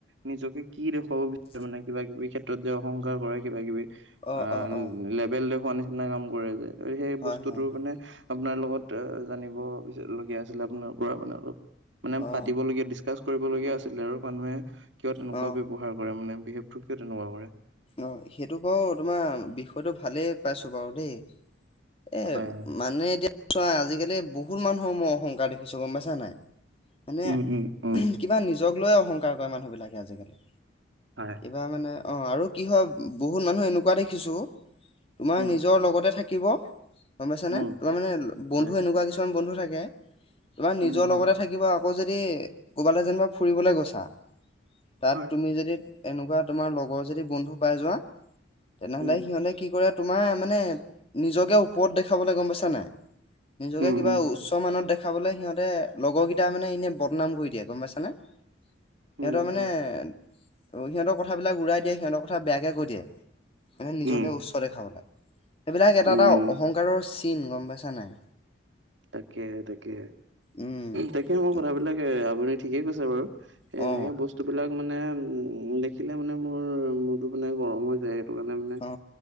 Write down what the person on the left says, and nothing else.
অ
অ অ অ
হয়
হয় হয়
অ
অ
অঁ সেইটো বাৰু তোমাৰ বিষয়টো ভালেই পাইছো বাৰু দেই। এ
মানে চোৱা আজিকালি বহুত মানুহৰ মই অহংকাৰ দেখিছো গম পাইছা নাই, মানে
কিবা নিজক লৈয়ে অহংকাৰ কৰে মানুহবিলাকে আজিকালি।
তাৰমানে অঁ আৰু কি হয় বহুত মানুহ এনেকুৱা দেখিছোঁ। তোমাৰ
নিজৰ লগতে থাকিব। গম পাইছ নে
তোমাৰ মানে বন্ধু
এনেকুৱা কিছুমান বন্ধু থাকে, তোমাৰ নিজৰ
লগতে থাকিব আৰু আকৌ যদি কবালৈ যেনিবা ফুৰিবলে গৈছা, তাত
তুমি যদি এনেকুৱা তোমাৰ লগৰ যদি বন্ধু পাই যোৱা। তেনেহলে
সিহঁতে কি কৰে, তোমাৰ মানে নিজকে ওপৰত দেখাবলৈ গম পাইছা নাই। নিজকে
কিবা
উচ্চ মানত দেখা। খাবলৈ সিহঁতে লগৰ কেইটটা মানে এনে বদনাম কৰি দিয়ে গম পাইছানে।
সিহঁতৰ মানে
সিহঁতৰ কথাবিলাক উৰাই দিয়ে, সিহঁতৰ কথা বেয়াকে কৈ দিয়ে। তেহাতি নিজকে
উচ্চ দেখাবল সেইবিলাক এটা
এটা অহংকাৰৰ চিন গম পাইছা নাই।।
উম
তো-
অ
অ